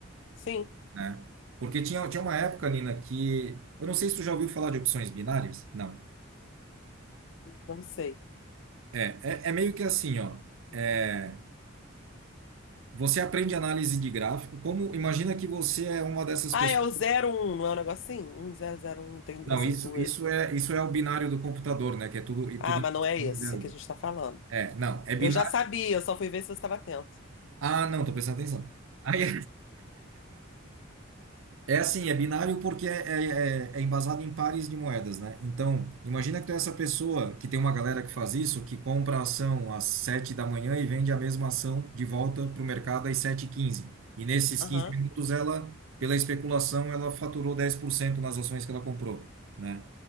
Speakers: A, on the left (about 60°); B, on the right (about 70°).
A: sim,
B: né? Porque tinha, tinha uma época, Nina, que eu não sei se tu já ouviu falar de opções binárias. Não.
A: não sei.
B: É, é, é meio que assim, ó. é, Você aprende análise de gráfico. Como imagina que você é uma dessas pessoas?
A: Ah, é o zero um. não é um negocinho? um zero zero um tem
B: Não,
A: essas
B: isso
A: duas.
B: isso é isso é o binário do computador, né? Que é tudo e
A: Ah,
B: tudo em
A: mas não é isso
B: zero.
A: que
B: um.
A: a gente tá falando.
B: É, não, é binário.
A: Eu já sabia, eu só fui ver se você estava atento.
B: Ah, não, tô prestando atenção. Aí É assim, é binário porque é, é, é é embasado em pares de moedas, né? Então, imagina que tu é essa pessoa que tem uma galera que faz isso, que compra a ação às sete da manhã e vende a mesma ação de volta para o mercado às sete h 15 E nesses
A: Aham,
B: 15 minutos, ela, pela especulação, ela faturou 10% nas ações que ela comprou, né?